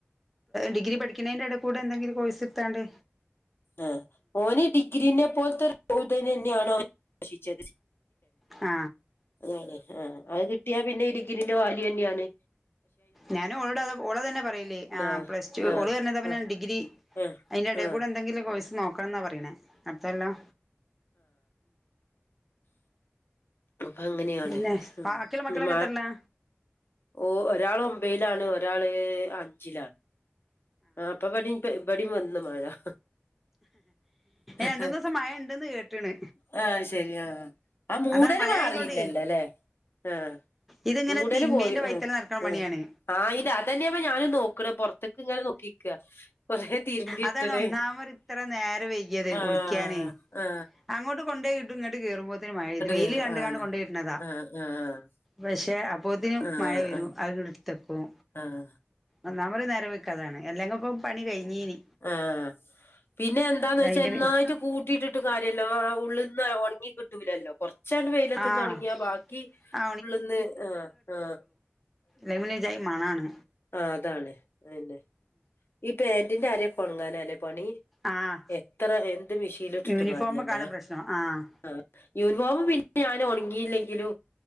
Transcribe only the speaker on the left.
ആ ഓന് ഡിഗ്രി നെ പോലത്തെ ചോദ്യം തന്നെയണോ ആഷിച്ചത്
അതെ ആ അത് കിട്ടിയാ പിന്നെ ഇ ഡിഗ്രി ന്റെ വാല്യു ന്നെയാണ്.
ആഹ്
ആഹ്
ആഹ്
ആഹ്
ആഹ്
പ്പ അങ്ങനെയാണ്
മ
ഓ ഒരാൾ ഒമ്പീലാണ് ഒരാള് അഞ്ചിലാണ്. ആ അപ്പൊ ബിട ബ്‌ടയും വന്ന് മഴ ഹ
ഹ
ഹ ആ ശരിയാ ആ മൂടല്
മാറിയില്ലല്ലോ
അല്ലേ ആ
മൂടല്
പോയി.
ആ
ആ ഇത് അതന്നെയ ഞാനും നോക്കണ പുര്ത്തേക്ക് ഇങ്ങനെ നോക്കിക്ക കൊറേ തിരുമ്പിയിട്ടത്
ആ
ആ
കേറും
ആഹ്
ആഹ് ആഹ്
ആഹ്
ആഹ്
ആഹ്
ആ പിന്നെ എന്താന്ന് വെച്ചാ
എന്നായിട്ട്
കൂട്ടിട്ടിട്ടും കാര്യല്ലോ ഉള്ളുന്ന് ഉണങ്ങി കിട്ടൂലല്ലോ കൊറ റച്ചാണ്ട് വെയിലത്തന്ന്
ഉണങ്ങിയാ ബാക്കി
ഉള്ള്ന്ന് ആഹ ആഹ
ആ അതാണ് അതന്നെ ഈ പാന്റിന്റെ അരൊക്കെ ഒണങ്ങാനല്ലേ. പണി
എത്ര എന്ത് മെഷീൽ ഇട്ടിട്ടും
കാര്യല്ല.
ആ യൂണിഫോം പിന്നെ ഞാൻ ഉണങ്ങി ഇല്ലെങ്കിലും